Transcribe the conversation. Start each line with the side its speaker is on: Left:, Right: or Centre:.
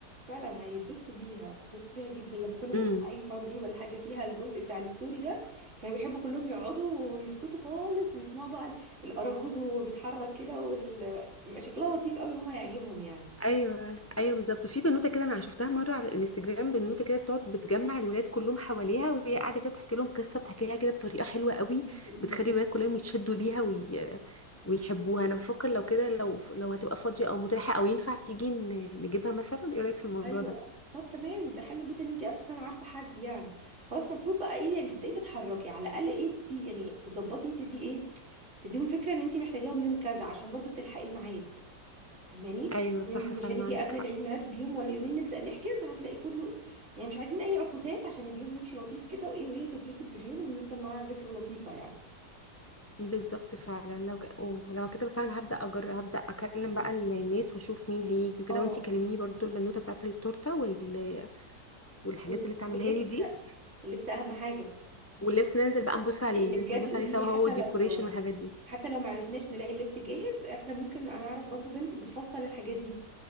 Right: فعلا هيتبسطوا بيها بيتبسطوا بيها جدا لما كنا بنروح
Left: امم
Right: اي فان دي ولا حاجه فيها الجزء بتاع الستوري ده كانوا بيحبوا كلهم يقعدوا ويسكتوا خالص ويسمعوا بقى ال- الاراجوز وهو بيتحرك كده وال... بيبقى شكلها لطيف قوي هم هيعجبهم يعني
Left: ايوه ايوه بالظبط وفي بنوته كده انا شفتها مره على الانستجرام بنوته كده بتقعد بتجمع الولاد كلهم حواليها وهي قاعده كده بتحكي لهم قصه بتحكيها كده بطريقه حلوه قوي
Right: أمم.
Left: بتخلي الولاد كلهم يتشدوا ليها وي... ويحبوها انا بفكر لو كده لو لو هتبقى فاضيه او متاحه او ينفع تيجي ن- نجيبها مثلا ايه رايك في الموضوع
Right: ايوه
Left: ده
Right: طب تمام ده حلو جدا ان انت اساسا عارفه حد يعني خلاص المفروض بقى ايه يعني تبداي تتحركي على الاقل ايه تدي يعني تظبطي تدي ايه تديهم فكره ان انت محتاجاهم يوم كذا عشان برضو تلحقي الميعاد فاهماني
Left: ايوه صح
Right: انت مش
Left: فعلا
Right: هنيجي
Left: عندك
Right: قبل
Left: حق
Right: العيد ميلاد بيوم ولا يومين نبدا نحجز هتلاقي كله يعني مش عايزين اي عكوسات عشان اليوم يمشي لطيف كده وايه وهي تتبسط باليوم ويفضل معاها ذكرى لطيفه يعني
Left: بالظبط فعلا لو ك- أو لو كده فعلا هبدا اجرب هبدا اكلم بقى الناس واشوف مين هيجي وكده
Right: اه
Left: وانتي كلميني برضو البنوته بتاعت التورته وال... والحاجات
Right: وال-
Left: اللي تعملها
Right: واللبس
Left: لي دي
Right: ده اللبس اهم حاجه
Left: واللبس ننزل بقى نبص عليه
Right: لان
Left: ننزل
Right: بجد
Left: نبص
Right: قولي
Left: عليه سوا
Right: لي حتى
Left: هو والديكوريشن
Right: لو
Left: والحاجات دي
Right: حتى لو معرفناش نلاقي اللبس جاهز احنا ممكن انا اعرف برضو بنت بتفصل الحاجات دي